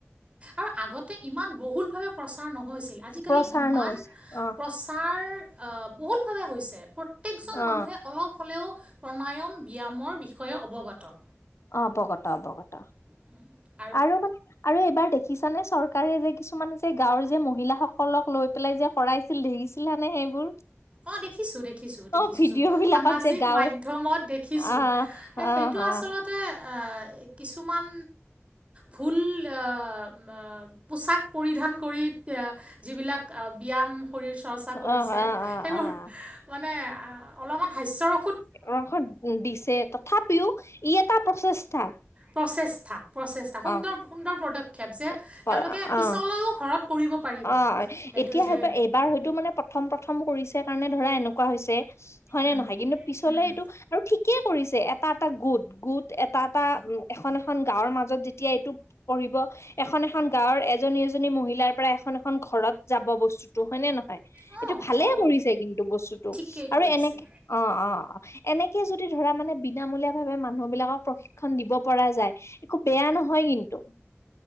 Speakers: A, on the right; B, on the left.
A: আৰু আগতে ইমান বহুলভাৱে প্ৰচাৰ নহৈছিল, আজিকালি
B: প্ৰচাৰ
A: ইমান
B: নৈছে অ
A: প্ৰচাৰ আহ, বহুল ভাবে হৈছে, প্ৰত্যেকজন
B: অ
A: মানুহে অলপ হ'লেও প্ৰণায়াম, ব্যায়ামৰ বিষয়ে অৱগত।
B: অৱগত, অৱগত।
A: <inaudible>
B: আৰু মানে আৰু এইবাৰ দেখিছানে? চৰকাৰে যে কিছুমান যে গাঁৱৰ যে মহিলা সকলক লৈ পেলাই যে কৰাইছিল, দেখিছিলা নে সেইবোৰ?
A: অ', দেখিছোঁ, দেখিছোঁ, দেখিছোঁ
B: অ ভিডিঅ'
A: চব।
B: বিলাকত
A: সামাজিক
B: যে গাঁৱে
A: মাধ্যয়মত দেখিছোঁ,
B: আহ আহ
A: সেইটো
B: আহ
A: আচলতে তে, এ কিছুমান, ভুল এ উম-আ পোচাক পৰিধান কৰি তে যিবিলাক ব্যায়াম, শৰীৰ চৰ্চা কৰিছে,
B: আহ আহ
A: সেইবোৰ
B: আহ
A: মানে, অলপমান হাস্যৰস
B: ৰস দিছে, তথাপিও ই এটা প্ৰচেষ্টা।
A: প্ৰচেষ্ঠা, প্ৰচেষ্টা, সুন্দৰ,
B: অ
A: সুন্দৰ পদক্ষেপ, যে
B: অ
A: তেওঁলোকে পিছলৈও
B: অ
A: ঘৰত কৰিব পাৰিব
B: অ',
A: এইটো
B: এতিয়া
A: যে
B: হয় পাই, এইবাৰ হয়তো মানে প্ৰথম প্ৰথম কৰিছে কাৰণে ধৰা এনেকুৱা হৈছে, হয় নে
A: উম,
B: নহয়? কিন্তু পিছলে
A: উম,
B: এইটো আৰু ঠিক কে কৰিছে, এটা এটা গোট, গোট এটা এটা, এখন এখন গাঁৱৰ মাজত যেতিয়া এইটো পঢ়িব, এখন এখন গাঁওৰ এজনী এজনী মহিলাৰ পৰা এখন এখন ঘৰত যাব বস্তুতো, হয় নে নহয়?
A: অঁ
B: এইটো ভালে
A: অঁ
B: কৰিছে কিন্তু বস্তুটো,
A: ঠিকেই
B: আৰু
A: কৰিছে
B: এনেকে অ', অ', অ', এনেকে যদি ধৰা মানে বিনামূলীয়া ভাৱে মানুহ বিলাকক পশি ক্ষণ দিব পৰা যায় একো বেয়া নহয় কিন্তু।